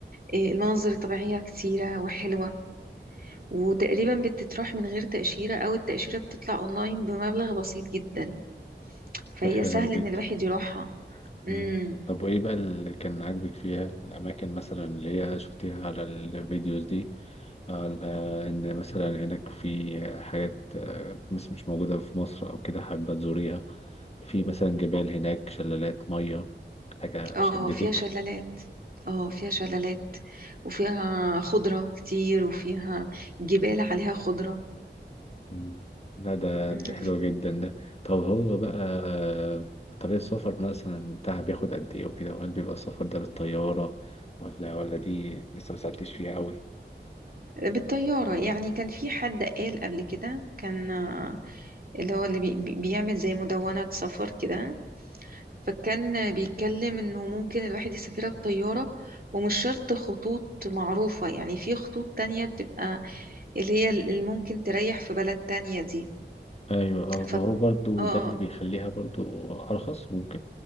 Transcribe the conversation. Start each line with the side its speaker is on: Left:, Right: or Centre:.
Right: إيه، المناظر الطبيعية كتيرة وحلوة وتقريبا بتتراح من غير تأشيرة أو التأشيرة بتطلع أونلاين بمبلغ بسيط جدا فهي
Left: ده حلو
Right: سهل
Left: جدا
Right: إن الواحد يروحها
Left: مم.
Right: مم.
Left: طب وإيه بقى اللي كان عاجبك فيها الأماكن مثلا اللي هي شفتيها على الفيديوز دي على إن مثلا هناك في حاجات آه، مش مش موجودة في مصر أو كده حابة تزوريها في مثلا جبال هناك شلالات مية حاجة
Right: اه
Left: شدتك
Right: فيها شلالات اه فيها شلالات وفيها خضرة كتير وفيها جبال عليها خضرة
Left: مم. لا ده
Right: مم،
Left: دي حلوة
Right: ف-
Left: جدا ده طب هو بقى آه، طريق السفر مثلا بتاعها بياخد قد إيه وكده وهل بيبقى السفر ده بالطيارة ولا ولا دي لسه مسألتش فيها أوي
Right: بالطيارة يعني كان في حد قال قبل كده كان آه، اللي هو اللي بي بي- بيعمل زي مدونة سفر كده فكان بيتكلم انه ممكن الواحد يسافرها بطيارة ومش شرط خطوط معروفة يعني في خطوط تانية بتبقى اللي هي اللي ممكن تريح في بلد تانية دي
Left: ايوه اه
Right: ف
Left: ما
Right: اه
Left: هو برضو
Right: آه.
Left: ده اللي بيخليها برضو ارخص ممكن